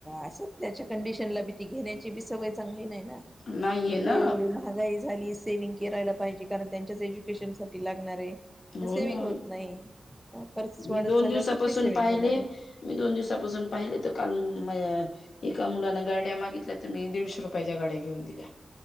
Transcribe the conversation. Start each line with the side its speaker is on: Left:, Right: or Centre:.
Centre: असं त्याच्या कंडिशनला बी ती घेण्याची बी सवय चांगली नाही ना.
Left: नाहीये
Centre: एक
Left: ना
Centre: तर एवढी लाहा घाई झाली सेव्हिंग करायला पाहिजे कारण, त्यांच्याच एज्युकेशन साठी लागणार आहे.
Left: हो
Centre: त सेव्हिंग
Left: ना
Centre: होत नाही. खर्चच
Left: मी
Centre: वाढत
Left: दोन
Centre: चालल्यावर
Left: दिवसापासून
Centre: कुठली सेविंग
Left: पाहिले,
Centre: होणार आहे
Left: मी दोन दिवसापासून पाहिले तर काल म एका मुलानं गाड्या मागितल्या तर मी दीडशे रुपयाच्या गाड्या घेऊन दिल्या.